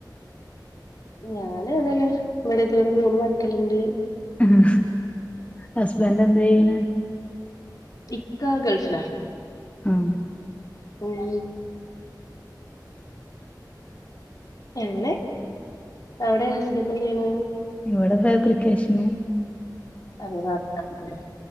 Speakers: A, on the left; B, on the left.
A: ഞാനും അതെന്നെ ഇവിടെ വെര് മൂന്ന് മക്കള്ണ്ട്
B: ആഹ് ഹസ്ബെന്റെന്തയ്യ്ണെ
A: ഇക്കാ ഗൾഫ്‌ലാ
B: ആഹ്
A: ഉം എങ്ങെനെ അവിടെ ഹസ്ബെന്റെന്തെയ്യ്ണ്
B: ഇവടെ ഫേബ്രിക്കേഷെന്
A: അതേ നാട്ട്ലാണ്ലേ